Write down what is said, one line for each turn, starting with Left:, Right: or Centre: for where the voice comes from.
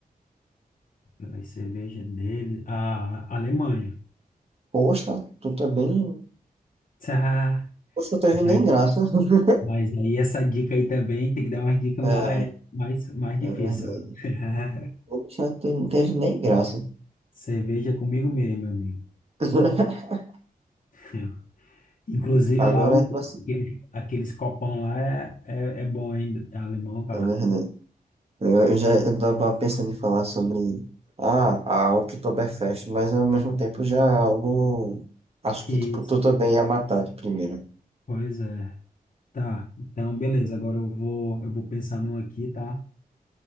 Left: pela cerveja dele, a Alemanha.
Right: Poxa, tu tá bem.
Left: Tá,
Right: Poxa, teve nem
Left: mas,
Right: graça. <laughs>
Left: mas aí essa dica aí também tem que dar umas dicas
Right: É,
Left: mais mais mais difíceis,
Right: é verdade.
Left: sabe? <laughs>
Right: Poxa, tu não teve nem graça.
Left: Cerveja é comigo mesmo, meu amigo.
Right: <laughs>
Left: <laughs> Inclusive
Right: Agora
Left: lá, o,
Right: é pra citar,
Left: aqueles, aqueles copão lá é, é, é bom, hein? É alemão, cara.
Right: na verdade. Eu, eu já eu tava pensando em falar sobre ah, a Oktoberfest, mas ao mesmo tempo já é algo. Acho que
Left: Isso,
Right: tipo, tu também ia matar de primeira.
Left: pois é. Tá, então beleza. Agora eu vou, eu vou pensar num aqui, tá?